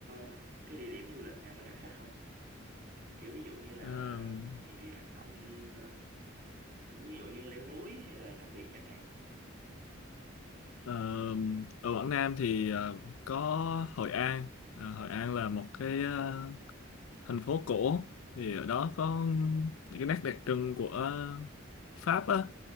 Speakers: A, on the right (about 45°); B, on the left (about 80°).
A: ờ, cái địa điểm du lịch nào nó đặc sắc không? Kiểu ví dụ như là
B: Ừm,
A: những cái hoạt động ờ, ví dụ như leo núi hay là tắm biển chẳng hạn
B: ờm, ở Quảng Nam thì à, có Hội An À, Hội An là một cái à, thành phố cổ thì ở đó có ừm, những cái nét đặc trưng của Pháp á